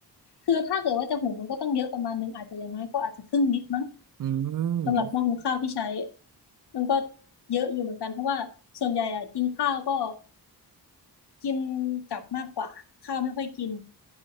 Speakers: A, on the left; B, on the right.
A: คือถ้าเกิดว่าจะหุงมันก็ต้องเยอะประมาณนึงอาจจะอย่างน้อยก็อาจจะครึ่งลิตรมั้ง
B: อืม
A: สำหรับหม้อหุงข้าวที่ใช้มันก็เยอะอยู่เหมือนกันเพราะว่าส่วนใหญ่อะกินข้าวก็กินกลับมากกว่าข้าวไม่ค่อยกิน